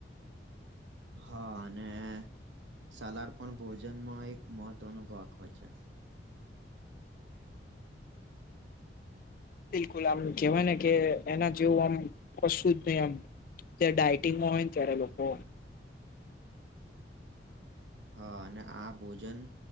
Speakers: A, on the right; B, on the left.
A: હા અને સલાડ પણ ભોજનમાં એક મહત્વનો ભાગ હોય છે.
B: બિલકુલ આમ કેહેવાય ને કે એના જેવું આમ કશુ જ નહી આમ. તે ડાયટિંગમાં હોય ને ત્યારે લોકો
A: હા અને આ ભોજન